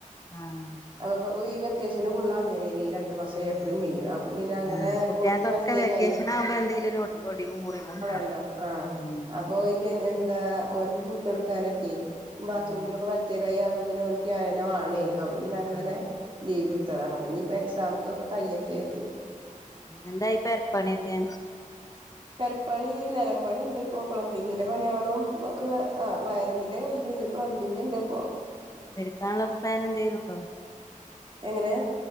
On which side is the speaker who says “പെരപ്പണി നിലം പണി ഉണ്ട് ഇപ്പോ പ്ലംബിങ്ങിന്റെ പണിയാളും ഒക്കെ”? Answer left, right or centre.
Right